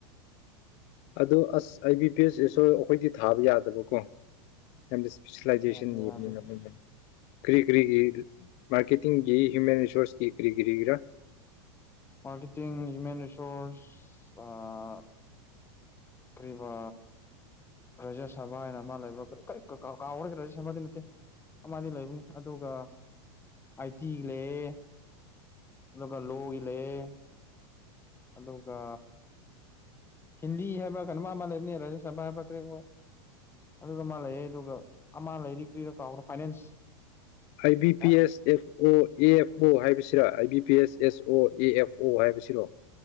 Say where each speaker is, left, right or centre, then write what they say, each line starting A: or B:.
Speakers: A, on the left (about 50°); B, on the left (about 15°).
A: ꯑꯗꯨꯗ ꯑꯁ ꯑꯩ ꯕꯤ ꯄꯦꯖꯦꯁꯨ ꯑꯩꯈꯣꯏꯗꯤ ꯊꯥꯕ ꯌꯥꯗꯕꯀꯣꯗꯤ ꯁꯁꯤꯂꯥꯏꯖꯦꯁꯟꯅꯤꯔꯅꯤꯅ
B: ꯌꯥꯗꯦ ꯌꯥꯗꯦ
A: ꯀꯔꯤ ꯀꯔꯤꯒꯤ ꯃꯥꯔꯀꯦꯇꯤꯡꯒꯤ ꯍ꯭ꯌꯨꯃꯦꯟ ꯔꯤꯁꯣꯔꯁꯀꯤ ꯀꯔꯤ ꯀꯔꯤꯒꯤꯔ
B: ꯃꯥꯔꯀꯦꯇꯤꯡ ꯍ꯭ꯌꯨꯃꯦꯟ ꯔꯁꯣꯔꯁ ꯀꯔꯤꯕ ꯔꯥꯖ꯭ꯌ ꯁꯕꯥ ꯍꯥꯏꯅ ꯑꯃ ꯂꯩꯕ꯭ꯔ ꯀꯔꯤ ꯀꯥꯎꯔꯒꯦ ꯔꯥꯖ꯭ꯌ ꯁꯕꯥꯗꯤ ꯅꯠꯇꯦ ꯑꯃꯗꯤ ꯂꯩꯕꯅꯤ ꯑꯗꯨꯒ ꯑꯥꯏ ꯇꯤꯒꯤ ꯂꯩꯑ ꯑꯗꯨꯒ ꯂꯣꯒꯤ ꯂꯩꯑ ꯑꯗꯨꯒ ꯍꯤꯟꯗꯤ ꯍꯥꯏꯕ꯭ꯔꯥ ꯀꯩꯅꯣ ꯃꯥ ꯃꯥ ꯂꯩꯕꯅꯦ ꯔꯥꯖ꯭ꯌ ꯁꯕꯥ ꯍꯥꯏꯕ꯭ꯔꯥ ꯀꯔꯤ ꯑꯗꯨꯗ ꯃꯥ ꯂꯩ ꯑꯗꯨꯒ ꯑꯃ ꯂꯩꯔꯤ ꯀ꯭ꯔꯤꯔ ꯀꯥꯎꯕꯔ finance
A: I B P
B: A
A: S F O A F O ꯍꯥꯏꯕꯁꯤ ꯁꯤꯔꯥ ꯑꯥꯏ ꯕꯤ ꯄꯤ ꯑꯦꯁ ꯑꯦꯁ ꯑꯣ ꯑꯦ ꯑꯦꯐ ꯑꯣ ꯍꯥꯏꯕꯁꯤꯔꯣ